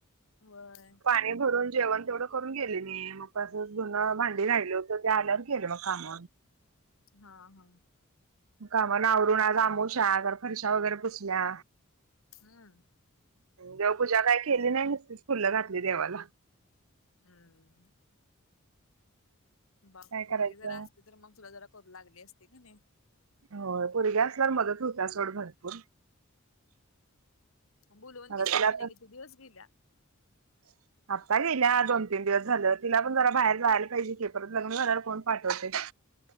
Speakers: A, on the left; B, on the right.
A: व्हय.
B: पाणी भरून जेवण तेवढं करून गेले मी म तसच धून भांडी राहील हुतं. ते आल्यावर केलं मग काम.
A: हा हा.
B: कामावरून आवरून आज आमवश्या जरा फर्शा वगैरे पुसल्या.
A: हम्म.
B: देव पूजा काय केली नाही नुसतीच फुलं घातली देवाला.
A: हम्म. बघ
B: काय
A: पोरगी
B: करायचं.
A: जरा असती तर मग तुला जरा करू लागली असती कनी?
B: होय पोरगी असल्यावर मदत होत्या सोड भरपूर.
A: म बोलवून
B: मला
A: घेशील
B: तिला
A: का नाही
B: तर
A: कीती दिवस गेल्या?
B: <inaudible> आत्ता गेल्या दोन तीन दिवस झालं तिला पण जरा बाहेर जायला पाहिजे के परत लग्न झाल्यावर कोण पाठवतय?